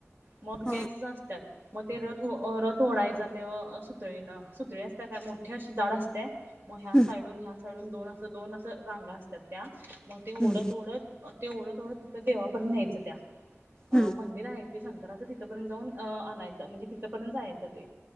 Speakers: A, on the right; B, on the left.
A: मग जेंट्सच
B: हा
A: असत्यात. मग ते रथ रथ ओढायचा ते सुतळेन, सुतळी असते काय मोठी अशी जाड असत्या. मग ह्या
B: हम्म
A: साइडून ह्या साइडून दोन अस दोन अस रांगा असतात त्या मग ते
B: हम्म
A: ओढत ओढत. ते ओढत ओढत तिथं देवापर्यंत न्यायचं त्या, अ
B: हम्म
A: मंदिर आहेत. ते शंकराचं तिथपर्यंत जाऊन आणायचं, म्हणजे तिथंपर्यंत जायचं ते.